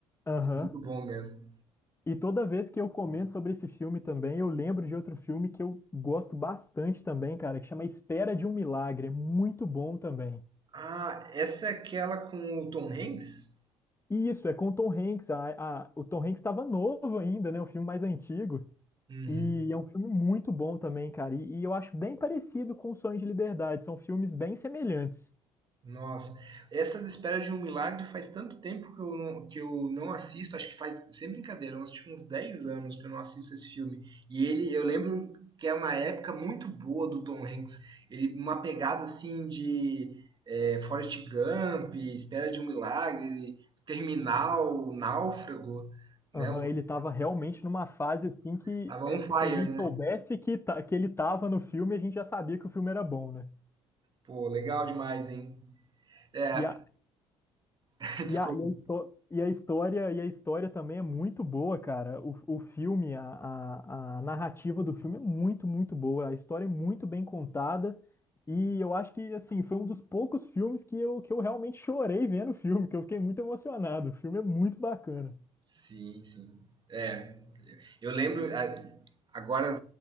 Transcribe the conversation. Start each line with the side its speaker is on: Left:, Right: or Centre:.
Left: aham.
Right: muito bom mesmo.
Left: E toda vez que eu comento sobre esse filme também, eu lembro de outro filme que eu gosto bastante também, cara, que chama Espera de um Milagre. É muito bom também.
Right: Ah, essa é aquela com o Tom Hanks?
Left: E isso, é com o Tom Hanks. A, a- o Tom Hanks estava novo ainda, né? O filme mais antigo.
Right: Uhum.
Left: E é um filme muito bom também, cara. E, e eu acho bem parecido com O Sonho de Liberdade. São filmes bem semelhantes.
Right: Nossa, essa da Espera de um Milagre faz tanto tempo que eu não, que eu não assisto, acho que faz, sem brincadeira, eu acho uns 10 anos que eu não assisto esse filme. E ele, eu lembro que é uma época muito boa do Tom Hanks, ele uma pegada assim de é, Forrest Gump, Espera de um Milagre, Terminal, Náufrago, né?
Left: Aham,
Right: Um-
Left: ele estava realmente numa fase assim que
Right: Tava
Left: eh,
Right: on fire,
Left: se a gente
Right: né?
Left: soubesse que, ta- que ele estava no filme, a gente já sabia que o filme era bom, né?
Right: Pô, legal demais, hein? É,
Left: E a,
Right: <laughs> desculpa.
Left: E a, e a, histó- e a história e a história também é muito boa, cara. O, o filme, a, a, a narrativa do filme é muito, muito boa. A história é muito bem contada. E eu acho que, assim, foi um dos poucos filmes que eu, que eu realmente chorei vendo o filme, que eu fiquei muito emocionado. O filme é muito bacana.
Right: Sim, sim. É, Eu lembro, é, agora